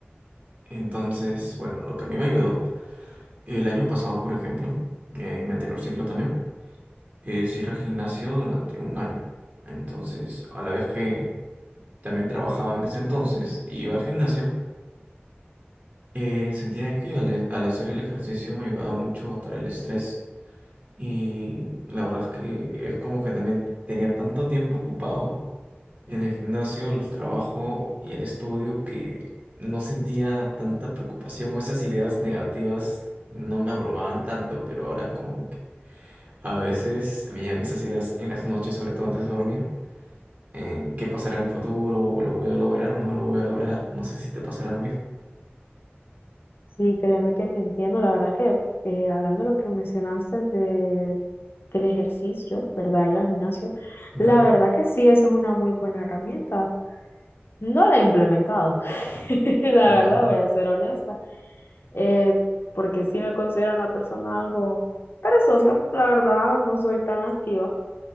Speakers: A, on the right (about 40°); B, on the left (about 65°).
A: Entonces, bueno, lo que a mí me ayudó, el año pasado, por ejemplo, eh, en mi anterior ciclo también, es ir al gimnasio durante un año. Entonces, a la vez que también trabajaba en ese entonces y iba al gimnasio, eh, sentía que al, e, al hacer el ejercicio me ayudaba mucho a botar el estrés. Y la verdad es que es como que también tenía tanto tiempo ocupado en el gimnasio, el trabajo y el estudio que no sentía tanta preocupación o esas ideas negativas no me abrumaban tanto, pero ahora como que a veces me llegan esas ideas en las noches, sobre todo antes de dormir, en qué pasará en mi futuro, o lo voy a lograr o no lo voy a lograr, no sé si te pasará lo mismo.
B: Sí, créeme que te entiendo. La verdad que eh, hablando de lo que mencionaste de, del ejercicio, ¿verdad? El gimnasio,
A: Claro,
B: la verdad que sí, esa es una muy buena herramienta. No la he implementado, <laughs> la
A: claro,
B: verdad, voy a ser honesta eh, porque sí me considero una persona algo perezosa, la verdad, no soy tan activa,